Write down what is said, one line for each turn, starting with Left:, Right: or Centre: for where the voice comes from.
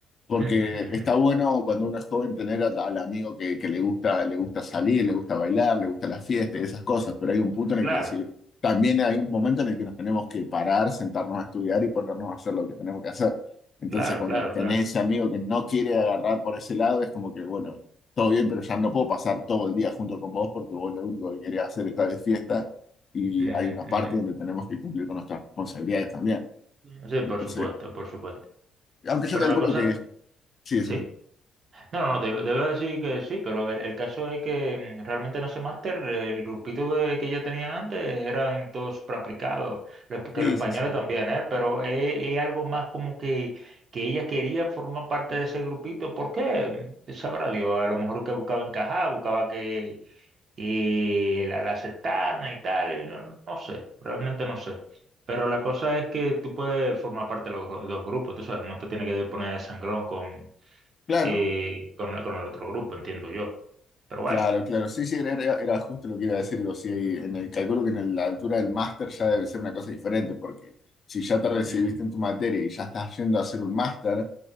Left: Porque
Right: ujú, ujú.
Left: está bueno cuando uno es joven tener a- al amigo que, que le gusta, le gusta salir, le gusta bailar, le gusta la fiesta y esas cosas, pero hay un punto en el
Right: Claro,
Left: que decir, también hay un momento en el que nos tenemos que parar, sentarnos a estudiar y ponernos a hacer lo que tenemos que hacer. Entonces,
Right: claro,
Left: cuando
Right: claro,
Left: tenés
Right: claro.
Left: ese amigo que no quiere agarrar por ese lado, es como que, bueno, todo bien, pero ya no puedo pasar todo el día junto con vos porque vos lo único que querés hacer es de fiesta y
Right: Ujú,
Left: hay una parte donde tenemos que cumplir con nuestras responsabilidades también.
Right: ujú. Sí, por
Left: Entonces,
Right: supuesto, por supuesto.
Left: aunque yo
Right: Pero
Left: calculo
Right: la cosa,
Left: que sí, eso.
Right: sí. No, no, no, te, te voy a decir que sí, pero el, el caso es que mm, realmente en ese máster el grupito que, que ya tenía antes eran todos súper aplicados, los- que
Left: Sí,
Right: los españoles
Left: sí, sí.
Right: también, ¿eh? Pero es, es algo más como que, que ella quería formar parte de ese grupito, ¿por qué? Mm, Sabrá Dios, a lo mejor que buscaba encajar, buscaba que, que la, la aceptaran y tal, y no, no sé, realmente no sé. Pero la cosa es que tú puedes formar parte de los, gru- los grupos, tú sabes, no te tienes que poner de sangrón con
Left: Claro,
Right: eh, con, con el otro grupo, entiendo yo. Pero
Left: claro,
Right: bueno.
Left: claro. Sí, sí, era, era- era justo lo que iba a decir. Digo, sí, en el cálculo que en el- la altura del máster ya debe ser una cosa diferente, porque si ya te recibiste
Right: Ujú,
Left: en tu materia y ya estás yendo a hacer un máster,